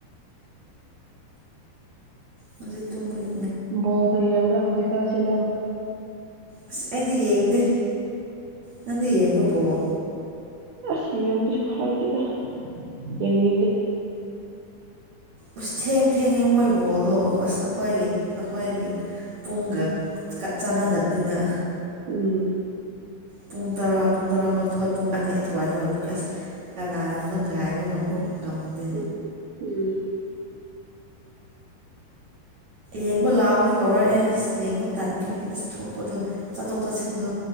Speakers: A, on the right; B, on the right.
A: ꯍꯧꯖꯤꯛ ꯇꯨꯝꯕꯒꯤ
B: ꯕꯣꯜ ꯀ ꯌꯦꯡꯕ꯭ꯔ ꯍꯧꯖꯤꯛꯀꯥꯟꯁꯤ ꯅꯪ
A: ꯑꯁ ꯑꯩꯗꯤ ꯌꯦꯡꯗꯦ ꯅꯪꯗꯤ ꯌꯦꯡꯕ꯭ꯔꯣ ꯕꯣꯜ
B: ꯑꯁ ꯌꯦꯡꯒꯦꯁꯨ ꯍꯥꯏꯗꯦꯗ ꯌꯦꯡꯅꯤꯡꯗꯦ
A: ꯎꯁ ꯊꯦꯡ ꯊꯦꯡꯉꯦ ꯃꯣꯏ ꯕꯣꯜꯗꯣ ꯑꯁ ꯑꯩꯈꯣꯏꯒꯤ ꯑꯩꯈꯣꯏꯒꯤ ꯄꯨꯡꯒ ꯆꯥꯟꯅꯗꯕꯅꯤꯅ
B: ꯎꯝ
A: ꯄꯨꯡ ꯇꯔꯥ ꯄꯨꯡ ꯇꯔꯥꯃꯊꯣꯏ ꯄꯨꯡ ꯑꯅꯤ ꯑꯗꯨꯋꯥꯏꯗ ꯑꯣꯏꯕ ꯑꯁ ꯀꯅꯥ ꯑꯗꯨ ꯉꯥꯏꯕ ꯉꯝ
B: ꯍꯣꯏ
A: ꯉꯝꯗꯦ
B: ꯎꯝ ꯎꯝ
A: ꯌꯦꯡꯕ ꯂꯥꯎꯅꯗꯤ ꯀꯧꯔꯛꯑꯦ ꯑꯁ ꯌꯦꯡꯕ ꯇꯟꯕꯒꯤ ꯑꯁ ꯊꯣꯛꯄꯗꯣ ꯆꯠꯊꯣꯛ ꯆꯠꯁꯤꯟꯗꯣ